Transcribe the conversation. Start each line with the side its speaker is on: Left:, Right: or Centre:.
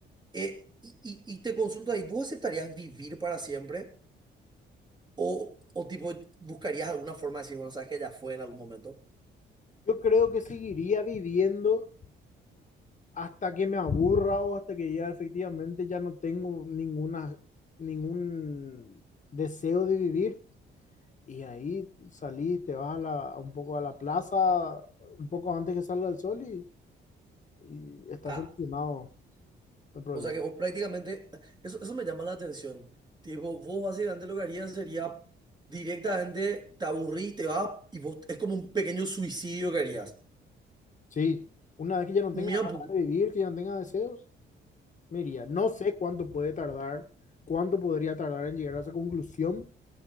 Right: Eh, y, y- y te consulto ahí, ¿vos aceptarías vivir para siempre? ¿O, o tipo buscarías alguna forma de decir, bueno, sabes que ya fue en algún momento?
Left: Yo creo que seguiría viviendo hasta que me aburra o hasta que ya efectivamente ya no tengo ninguna, ningún deseo de vivir. Y ahí salís, te vas a la- un poco a la plaza, un poco antes que salga el sol y y está
Right: Ah,
Left: solucionado el problema.
Right: O sea que vos prácticamente, eso, eso me llama la atención. Tipo, vos básicamente lo que harías sería directamente te aburrís, te vas y vos es como un pequeño suicidio que harías.
Left: Sí, una vez que ya no
Right: Mira
Left: tenga
Right: un
Left: ganas
Right: poco,
Left: de vivir, que ya no tenga deseos, me iría. No sé cuánto puede tardar, cuánto podría tardar en llegar a esa conclusión,